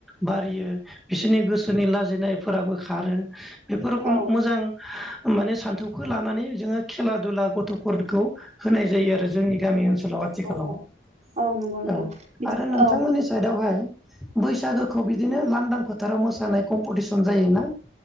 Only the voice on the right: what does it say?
औ
औ औ नंगौ नोंथां
बिदिनो
औ